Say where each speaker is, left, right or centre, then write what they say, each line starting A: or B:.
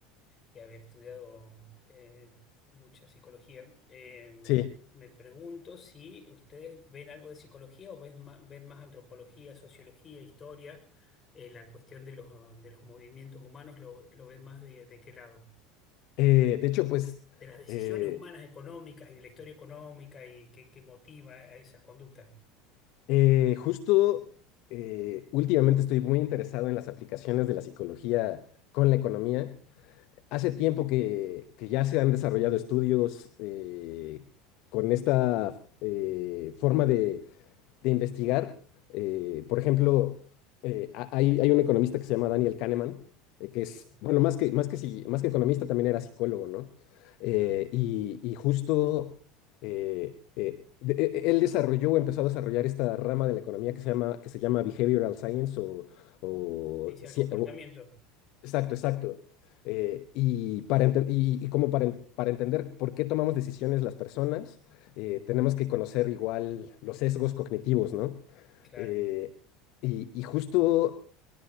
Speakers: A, on the left; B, on the left.
A: y haber estudiado eh, mucha psicología, eh,
B: Sí.
A: me pregunto si ustedes ven algo de psicología o ves ma- ven más antropología, sociología, historia, eh, la cuestión de los, de los movimientos humanos, ¿lo, lo ven más de, de qué lado?
B: Eh, de hecho, pues...
A: de las decisiones
B: eh,
A: humanas económicas y de la historia económica y que, que motiva a esas conductas.
B: Eh, justo eh, últimamente estoy muy interesado en las aplicaciones de la psicología con la economía. Hace tiempo que, que ya se han desarrollado estudios eh, con esta eh, forma de investigar. Eh, por ejemplo, eh, ha- hay, hay un economista que se llama Daniel Kahneman, eh, que es,
A: Sí.
B: bueno, más que, más que, psiqui- más que economista también era psicólogo, ¿no? Eh,
A: Ajá.
B: y, y justo eh, eh, de- e- él desarrolló o empezó a desarrollar esta rama de la economía que se llama, que se llama behavioral science o, o
A: Ciencia
B: ci-
A: del comportamiento.
B: o Exacto, exacto. Eh, y, para enten- y, y como para, en- para entender por qué tomamos decisiones las personas, eh, tenemos que conocer igual los sesgos cognitivos, ¿no?
A: Claro,
B: Eh, y, y justo